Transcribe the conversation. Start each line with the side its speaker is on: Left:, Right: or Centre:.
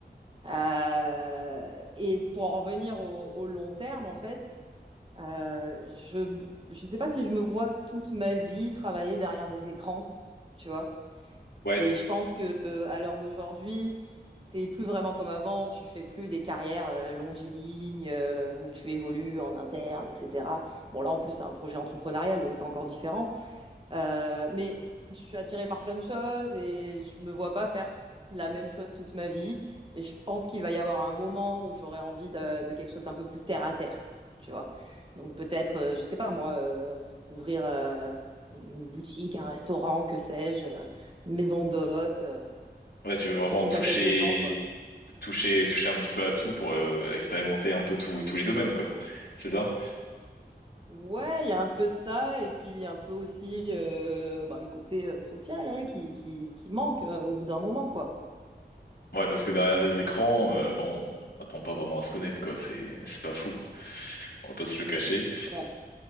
Right: Euh, et pour en revenir au, au long terme, en fait, euh, je je sais pas si je me vois toute ma vie travailler derrière des écrans, tu vois.
Left: ouais,
Right: Et
Left: t-
Right: je pense que euh, à l'heure d'aujourd'hui, c'est plus vraiment comme avant. Tu fais plus des carrières euh, longilignes euh, où tu évolues en interne, etc. Bon, là, en plus, c'est un projet entrepreneurial, donc c'est encore différent. Euh, mais je suis attirée par plein de choses et je me vois pas faire la même chose toute ma vie. Et je pense qu'il va y avoir un moment où j'aurai envie de, de quelque chose d'un peu plus terre à terre, tu vois. Donc peut-être, euh, je sais pas moi, euh, ouvrir euh, une boutique, un restaurant, que sais-je, euh, une maison d'hôte, euh,
Left: ouais, tu veux vraiment
Right: être en contact
Left: toucher
Right: avec les gens, quoi.
Left: toucher toucher un petit peu à tout pour euh, expérimenter un peu tous tous les domaines quoi. C'est ça?
Right: Ouais, il y a un peu de ça et puis un peu aussi euh, bah, le côté euh, social hein, qui, qui, qui manque euh, au bout d'un moment, quoi.
Left: Ouais, parce que derrière des écrans, euh, bon, on n'apprend pas vraiment à se connaître, quoi. C'est, c'est pas fou. On va pas se le cacher.
Right: Ah,